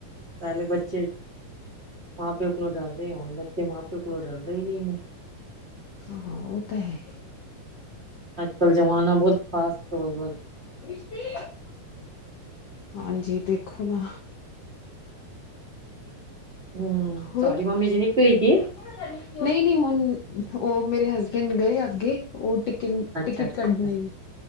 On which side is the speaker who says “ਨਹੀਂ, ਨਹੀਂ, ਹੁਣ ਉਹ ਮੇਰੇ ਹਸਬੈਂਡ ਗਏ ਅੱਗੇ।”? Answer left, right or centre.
Left